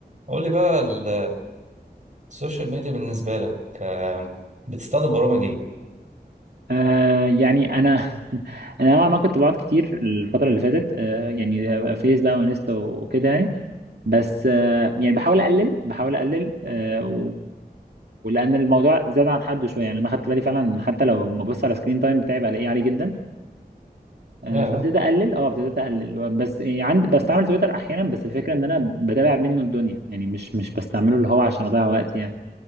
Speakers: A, on the right; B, on the right.
A: قول لي بقى ال- السوشيال ميديا بالنسبة لك آه، بتستخدم برامج ايه؟
B: آه يعني انا <laughs> انا نوعا ما كنت بقعد كتير الفتره اللي فاتت آه يعني فيس بقى وانستا وكده يعني بس آه يعني بحاول اقلل بحاول اقلل آه و... ولان الموضوع زاد عن حده شويه يعني انا خدت بالي فعلا حتى لو ما ببص على سكرين تايم بتاعي بلاقيه عالي جدا آه
A: يا
B: فابتديت اقلل اه ابتديت اقلل بس يعني عندي بستعمل تويتر احيانا بس الفكره ان انا بتابع منه الدنيا يعني مش مش بستعمله اللي هو عشان اضيع وقت يعني